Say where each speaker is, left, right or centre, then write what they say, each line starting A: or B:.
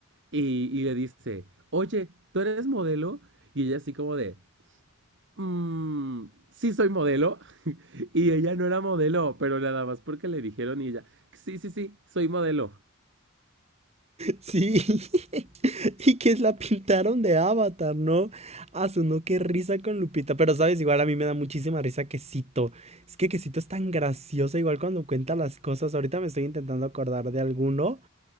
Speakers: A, on the right; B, on the right.
A: y, y le dice, oye, ¿tú eres modelo? Y ella así como de, mm, sí soy modelo. <laughs> Y ella no era modelo, pero nada más porque le dijeron y ella, sí, sí, sí, soy modelo.
B: Sí. <laughs> y que la pintaron de avatar, ¿no? Asunó, qué risa con Lupita. Pero sabes, igual a mí me da muchísima risa Quesito. Es que Quesito es tan graciosa, igual cuando cuenta las cosas. Ahorita me estoy intentando acordar de alguno.